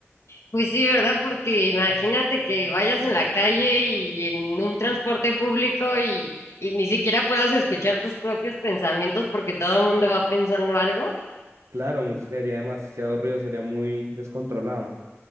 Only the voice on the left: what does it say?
Pues sí, ¿verdad? Porque imagínate que vayas en la calle y en un transporte público y, y ni siquiera puedas escuchar tus propios pensamientos porque todo el mundo va pensando algo.